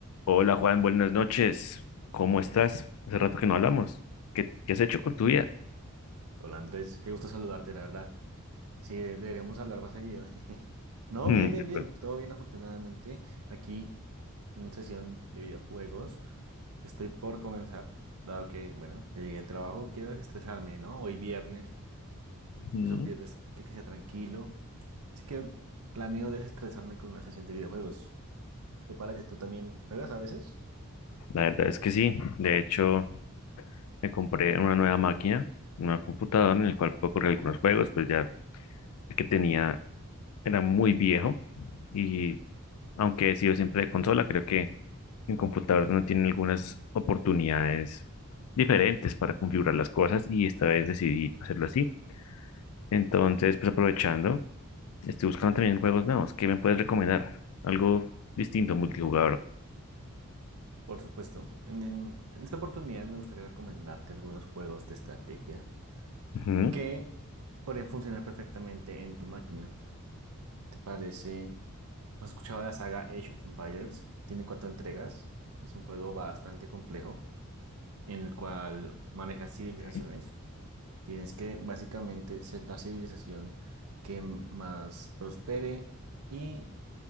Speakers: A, on the left (about 70°); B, on the right (about 75°).
A: Hola Juan, buenas noches. ¿Cómo estás? Hace rato que no hablamos. ¿Qué, qué has hecho con tu vida?
B: Hola Andrés, qué gusto saludarte, la verdad. Sí, de- deberíamos hablar más seguido. <laughs> No,
A: Mm,
B: bien, bien, bien.
A: pues,
B: Todo bien, afortunadamente. Aquí, una sesión de videojuegos. Estoy por comenzar, dado que, bueno, ya llegué al trabajo, quiero desestresarme, ¿no? Hoy viernes,
A: mm,
B: es un viernes que, que sea tranquilo. Así que planeo desestresarme con una sesión de videojuegos. ¿Te parece? ¿Tú también juegas a veces?
A: La verdad es que sí. De hecho, me compré una nueva máquina, una computadora en la cual puedo correr algunos juegos, pues ya el que tenía era muy viejo y aunque he sido siempre de consola, creo que en computador no tienen algunas oportunidades diferentes para configurar las cosas y esta vez decidí hacerlo así. Entonces, pues aprovechando. Estoy buscando también juegos nuevos. ¿Qué me puedes recomendar? Algo distinto, multijugador.
B: Por supuesto. En, en en esta oportunidad me gustaría recomendarte algunos juegos de estrategia
A: Ujú.
B: que pueden funcionar perfectamente en tu máquina. ¿Te parece? ¿Has escuchado la saga Age of Empires? Tiene cuatro entregas. Es un juego bastante complejo en el cual manejas civilizaciones.
A: Ok.
B: Tienes que básicamente ser la civilización que m- más prospere y